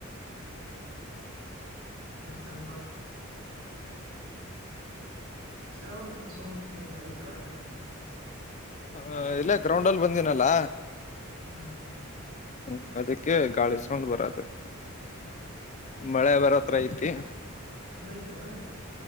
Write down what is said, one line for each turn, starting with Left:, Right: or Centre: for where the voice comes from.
Right: ಮತ್ತೆಲ್ಪ ಕೇೇಳಾವದುನ್ನು ಸೋ ಬ ಗಾಳಿ ಕೆೇಳತ
Left: ಹ ಇಲ್ಲೇ ಗ್ರೌಂಡ್ಲ್ಲಿ ಬಂದನಲ್ಲ
Right: ಹ್ಮ್
Left: ಹ್ಮ್ ಅದಕ್ಕೆ ಗಾಳಿಸಕೊಂಡ್ ಬರತ್ತತಿ ಮಳೆ ಬರತ್ರ ಇ ಅ
Right: ಹಂಗೈ್ತನಾ